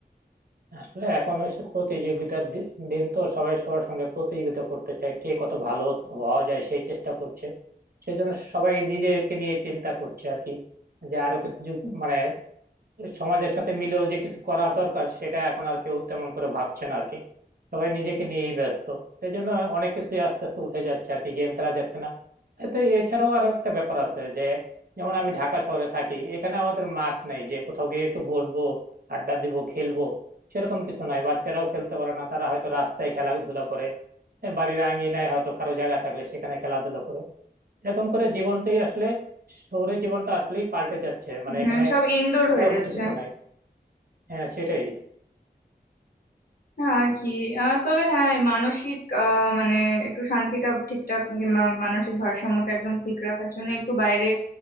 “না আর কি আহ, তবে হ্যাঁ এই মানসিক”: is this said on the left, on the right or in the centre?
Left